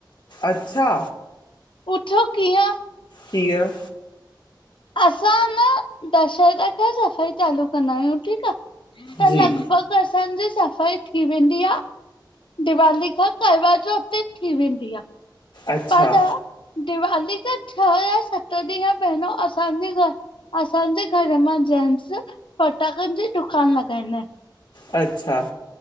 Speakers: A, on the left; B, on the left.
A: अच्छा।
B: पुछो कीअं?
A: कीअं?
B: असां न, दशहरे खां सफ़ाई चालू कंदा आहियूं ठीकु आ, त
A: जी
B: लगि बॻ असांजी सफ़ाई थी वेंदी आ। दिवाली खां कारवा चौथ ते थी वेंदी आ।
A: अच्छा।
B: पर दिवाली खां छह या सत ॾींहं पहिरियों असांजे घरि असांजे घर मां जेनस फटाकनि जी दुकान लॻाईंदा इनि।
A: अच्छा।